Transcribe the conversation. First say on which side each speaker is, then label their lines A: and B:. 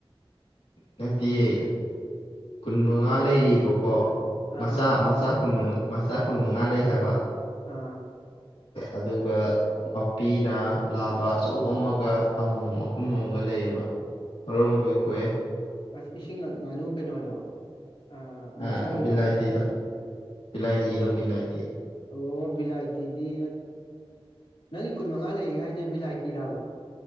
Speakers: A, on the left; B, on the left.
A: ꯅꯠꯇꯦꯌꯦ ꯀꯨꯟ ꯃꯉꯥ ꯂꯩꯔꯤꯕꯀꯣ ꯃꯆꯥ
B: ꯑꯥ
A: ꯃꯆꯥ ꯀꯨꯟ ꯃꯉꯥ ꯃꯆꯥ ꯀꯨꯟ ꯃꯉꯥ ꯂꯩ ꯍꯥꯏꯕ
B: ꯑꯥ
A: ꯑꯗꯨꯒ ꯃꯄꯤꯅ ꯂꯥꯕ ꯑꯆꯧ ꯑꯃꯒ ꯑꯃꯃꯝ ꯑꯍꯨꯝ ꯑꯃꯝꯒ ꯂꯩꯌꯦꯕ ꯃꯔꯨꯝ ꯂꯣꯏ ꯀꯣꯏꯑꯦ
B: ꯑꯁ ꯏꯁꯤꯡ ꯉꯥꯅꯨ ꯀꯩꯅꯣꯗ ꯑ ꯃꯨꯛꯁꯟꯗꯣꯔ
A: ꯑ ꯕꯤꯂꯥꯏꯇꯤꯗꯣ ꯕꯤꯂꯥꯏꯇꯤꯗꯣ ꯕꯤꯂꯥꯏꯇꯤ
B: ꯑꯣ ꯕꯤꯂꯥꯏꯇꯤꯗꯤ ꯅꯪꯒꯤ ꯀꯨꯟ ꯃꯉꯥ ꯂꯩꯒ ꯍꯥꯏꯔꯤꯁꯦ ꯕꯤꯂꯥꯏꯇꯥꯔꯥꯕ